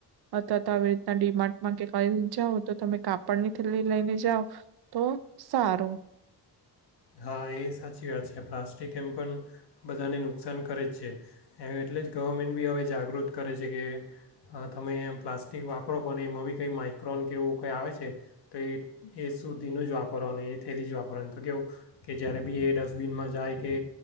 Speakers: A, on the right; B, on the left.
A: અથવા તો આવી રીતના ડીમાર્ટમાં કે કઈ જાઓ તો તમે કાપડની થેલી લઈને જાઓ. તો, સારું.
B: હા, એ સાચી વાત છે પ્લાસ્ટિક એમ પણ બધાને નુકસાન કરે જ છે એટલે જ ગવર્મેન્ટ બી હવે જાગૃત કરે છે કે તમે પ્લાસ્ટિક વાપરો પણને એમાં બી કંઈ માઈક્રોન કે એવું કંઈ આવે છે તો એ એ સુધીનું જ વાપરોનું એ થયેલી જ વાપરોવાની તો કેવું. કે જ્યારે બી એ ડસ્ટબિનમાં જાય કે